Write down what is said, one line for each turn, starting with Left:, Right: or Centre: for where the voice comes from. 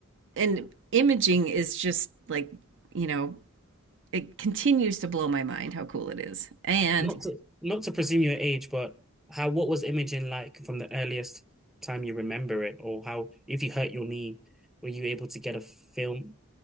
Right: and imaging is just like, you know, it continues to blow my mind how cool it is. And
Centre: Not to not to presume your age, but how what was imaging like from the earliest time you remember it, or how if you hurt your knee, were you able to get a film?